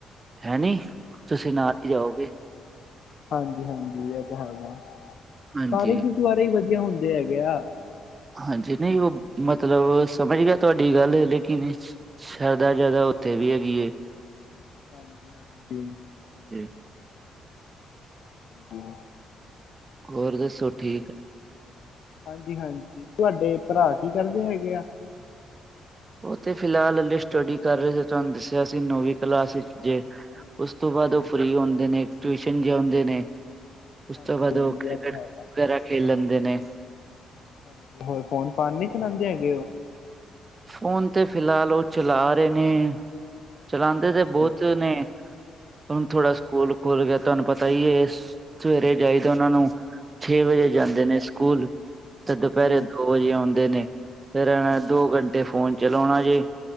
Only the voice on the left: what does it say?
ਹਾਂਜੀ-ਹਾਂਜੀ, ਇਹ ਤਾਂ ਹੈਗਾ
ਸਾਰੇ ਗੁਰਦੁਆਰੇ ਹੀ ਵਧੀਆ ਹੁੰਦੇ ਹੈਗੇ ਆ।
ਹਾਂਜੀ-ਹਾਂਜੀ।
ਹੂੰ।
ਹਾਂਜੀ-ਹਾਂਜੀ, ਤੁਹਾਡੇ ਭਰਾ ਕੀ ਕਰਦੇ ਹੈਗੇ ਆ?
ਅੱਛਾ
ਹਾਂਜੀ
ਹਾਂਜੀ
ਇਹ ਤਾਂ ਹੈਗਾ
ਹਾਂਜੀ ਹੋਰ ਫੋਨ-ਫਾਨ ਨੀ ਚਲਾਉਂਦੇ ਹੈਗੇ ਉਹ
ਹਾਂਜੀ
ਹਾਂਜੀ
ਹਾਂਜੀ
ਹਾਂਜੀ
ਹਾਂਜੀ
ਹਾਂਜੀ ਹਾਂਜੀ
ਹਾਂਜੀ
ਹਾਂਜੀ